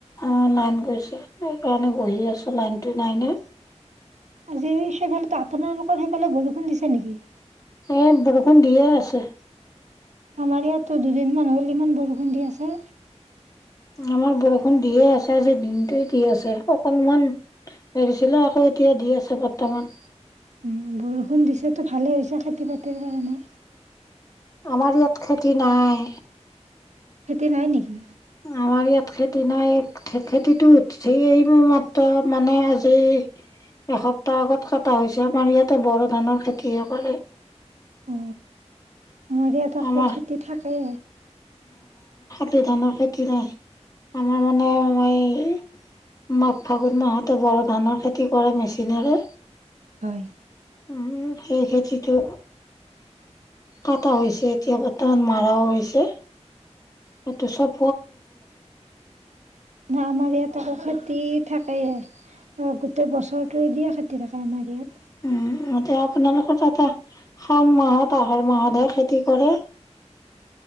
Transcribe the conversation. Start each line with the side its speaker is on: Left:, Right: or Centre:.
Left: অ' লাইন গৈছে, সেইকাৰণে বহি আছোঁ লাইনটো নাই না।
Right: আজি ছেভেন টাৰ আপোনালোকৰ সেইফালে বৰষুণ দিছে নেকি?
Left: ইয়াত বৰষুণ দিয়ে আছে।
Right: আমাৰ ইয়াতো দুদিনমান হ'ল ইমান বৰষুণ দি আছে।
Left: আমাৰ বৰষুণ দিয়ে আছে। আজি দিনটো দি আছে। অকণমান এৰিছিলে, আকৌ এতিয়া দি আছে, বৰ্তমান
Right: উম, বৰষুণ দিছেতো, ভালে হৈছে, খেতি-বাতিৰ কাৰণে।
Left: আমাৰ ইয়াত খেতি নাই।
Right: খেতি নাই নেকি?
Left: আমাৰ ইয়াত খেতি নাই। খেতিটো উঠিছে মাত্ৰ মানে, আজি এসপ্তাহ আগত কটা হৈছে। আমাৰ ইয়াতে বড়ো ধানৰ খেতিহে কৰে।
Right: অ আমাৰ ইয়াত আকৌ
Left: আমাৰ
Right: খেতি থাকে।
Left: সেইটো ধানৰ খেতি নাই। আমাৰ মানে এই মাঘ-ফাগুন মাহতে বড়ো ধানৰ খেতি কৰে, মেচিনেৰে
Right: হয়।
Left: উম সেই খেতিটো, কটা হৈছে এতিয়া বৰ্তমান মাৰাও হৈছে। এইটো চব
Right: না আমাৰ ইয়াত আকৌ খেতি থাক কে। অ', গোটেই বছৰত সেইটো দিয়ে খেতি ৰাখে আমাৰ ইয়াত
Left: উম এতিয়া আপোনালোকৰ তাতে, শাওণ মাহত, আহাৰ মাহতহে খেতি কৰে,